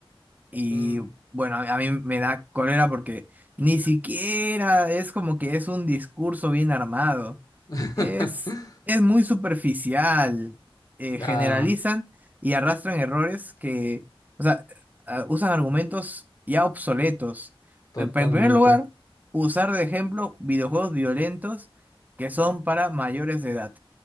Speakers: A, on the right (about 15°); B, on the left (about 40°).
A: Y
B: Mm.
A: bueno, a a mí me da cólera porque ni siquiera es como que es un discurso bien armado.
B: <laughs>
A: Es, es muy superficial. Eh,
B: Ah,
A: generalizan y arrastran errores que, o sea, eh, usan argumentos ya obsoletos.
B: totalmente.
A: Eh, En primer lugar, usar de ejemplo videojuegos violentos que son para mayores de edad.